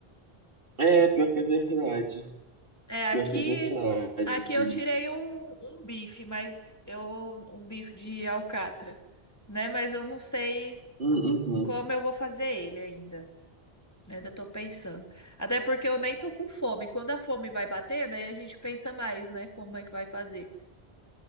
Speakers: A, on the right; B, on the left.
A: É, pior que é verdade.
B: É,
A: Pior
B: aqui,
A: que é verdade.
B: aqui eu tirei um, um bife, mas eu um bife de alcatra, né? Mas eu não sei
A: Hum, Uhum.
B: como eu vou fazer ele ainda. né? Ainda tô pensando. Até porque eu nem tô com fome. Quando a fome vai batendo, aí a gente pensa mais, né? Como é que vai fazer?